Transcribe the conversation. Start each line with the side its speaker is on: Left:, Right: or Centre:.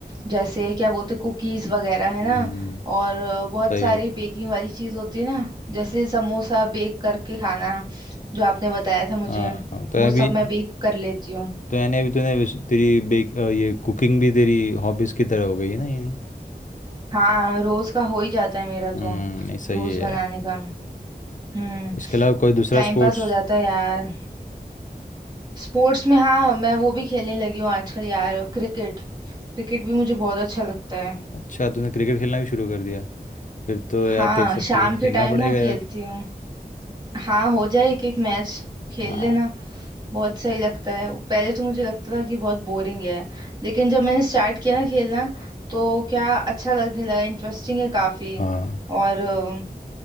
Right: जैसे क्या बोलते कुकीज वगैरह है
Left: हम्म
Right: ना और बहुत
Left: सही
Right: सारी
Left: है
Right: बेकिंग वाली चीज होती है ना जैसे समोसा बेक करके खाना जो आपने बताया था मुझे
Left: हाँ तो
Right: वो
Left: अभी
Right: सब मैं बेक कर लेती हूँ
Left: तो यानी अभी तूने विस- तेरी बेक अ, ये कुकिंग भी तेरी हॉबीज की तरह हो गई है ना यानी
Right: हाँ रोज का हो ही जाता है मेरा
Left: हम्म
Right: तो
Left: नहीं सही
Right: रोज
Left: है
Right: बनाने
Left: यार
Right: का हम्म
Left: इसके अलावा कोई दूसरा
Right: टाइम
Left: स्पोर्ट्स
Right: पास हो जाता है यार स्पोर्ट्स में हाँ मैं वो भी खेलने लगी हूँ आजकल यार क्रिकेट क्रिकेट भी मुझे बहुत अच्छा लगता है
Left: अच्छा तूने क्रिकेट खेलना भी शुरू कर दिया फिर तो यार
Right: हाँ
Left: तेरे साथ
Right: शाम
Left: क्रिकेट
Right: के
Left: खेलना
Right: टाइम
Left: पड़ेगा
Right: ना
Left: यार
Right: खेलती हूँ हाँ हो जाए एक एक मैच खेल
Left: हाँ
Right: लेना बहुत सही लगता है पहले तो मुझे लगता था कि बहुत बोरिंग है लेकिन जब मैंने स्टार्ट किया ना खेलना तो क्या अच्छा लगने लगा इंटरेस्टिंग है काफी
Left: हाँ
Right: और अ,